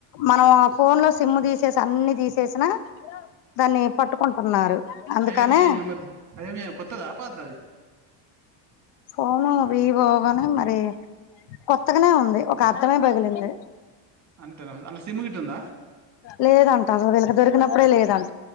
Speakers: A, on the left; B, on the right.
A: మనం ఆ ఫోన్ లో సిమ్ తీసేసి అన్ని తీసేసిన దాన్ని పట్టుకుంటున్నారు అందుకనే
B: ఐఎంఈఐ నెంబర్ ఐఎంఈఐ కొత్తదా పాతదా అది
A: పోను వీవోవని మరి కొత్తగనే ఉంది ఒక అద్దమే పగిలింది
B: అంతేనా అల్ల సిమ్ గిట్ట ఉందా
A: లేదంట అసలు వీళ్ళకి దొరికినప్పుడే లేదన్